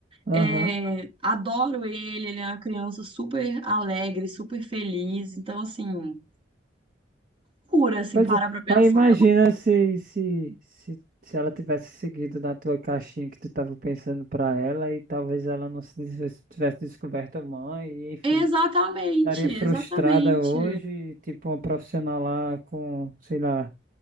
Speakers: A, on the right; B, on the right.
A: Aham.
B: É, adoro ele, ele é uma criança super alegre, super feliz. Então, assim, cura, assim,
A: Pois
B: para
A: é,
B: pra pensar.
A: aí imagina
B: Ela-
A: se, se, se, se ela tivesse seguido na tua caixinha que tu tava pensando pra ela e talvez ela não se des- tivesse descoberto a mãe e enfim,
B: Exatamente,
A: estaria frustrada
B: exatamente,
A: hoje, tipo uma profissional lá com, sei lá,